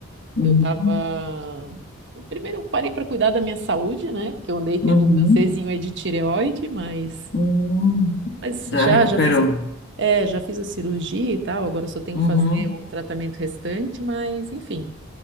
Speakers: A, on the left (about 50°); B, on the right (about 50°).
A: uhum,
B: Eu tava. Eu primeiro eu parei para cuidar da minha saúde, né? Que eu andei tendo
A: uhum,
B: um cancerzinho aí de tireoide, mas,
A: uhum.
B: mas
A: Já
B: já,
A: recuperou.
B: já fiz a... É, já fiz a cirurgia e tal, agora eu só tenho
A: Uhum.
B: que fazer o tratamento restante, mas enfim.